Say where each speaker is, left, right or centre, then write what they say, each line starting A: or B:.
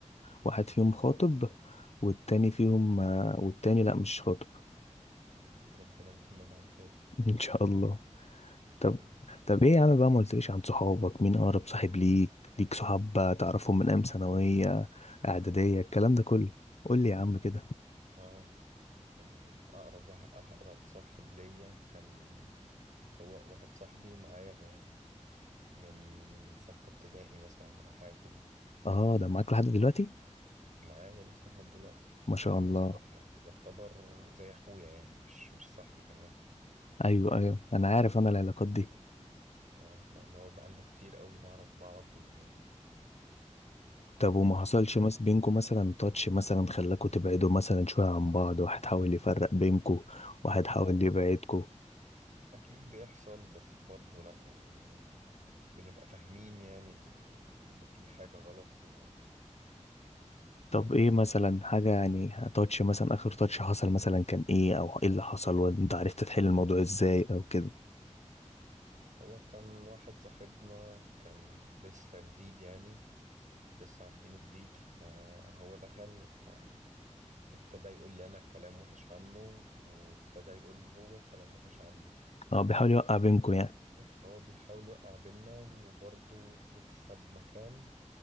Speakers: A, on the left (about 60°); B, on the right (about 85°).
A: واحد فيهم خاطب والتاني فيهم والتاني لا مش خاطب
B: ربنا يتمم على خير
A: <laughs> ان شاء الله
B: ان شاء
A: طب
B: الله
A: طب ايه يا عم بقى ما قلتليش عن صحابك مين اقرب صاحب ليك ليك صحاب تعرفهم من ايام ثانويه اعداديه الكلام ده كله قول لي يا عم كده
B: اه ال- اقرب واحد اقرب صاحب ليا كان هو واحد صاحبي معايا ف- من ستة ابتدائي مثلا او حاجة كده
A: اه ده معاك لحد دلوقتي
B: معايا لسه لحد دلوقتي
A: ما شاء
B: بس
A: الله
B: هو يعتبر زي اخويا يعني مش مش صاحبي كمان
A: ايوه ايوه انا عارف انا العلاقات دي
B: اه لا اللي هو بقالنا كتير قوي نعرف بعض و...
A: طب وما
B: و...
A: حصلش مس بينكم مثلا تاتش مثلا خلاكوا تبعدوا مثلا شويه عن بعض واحد حاول يفرق بينكوا واحد
B: هو
A: حاول
B: اكيد
A: يبعدكوا
B: اكيد بيحصل بس برضه لا يعني بنبقى فاهمين يعني إن إن في حاجة غلط و...
A: طب
B: ونش
A: ايه مثلا حاجة يعني تاتش مثلا اخر تاتش حصل مثلا كان ايه او ايه اللي حصل وانت عرفت تحل الموضوع ازاي او كده
B: هو كان واحد صاحبنا كان لسه جديد يعني لسه عارفينه جديد فهو دخل فابتدى يقول لي أنا كلام وحش عنه وابتدى يقول له هو كلام وحش عني
A: اه بيحاول يوقع بينكم يعني
B: بس هو بيحاول يوقع بينا وبرضه يكسب مكان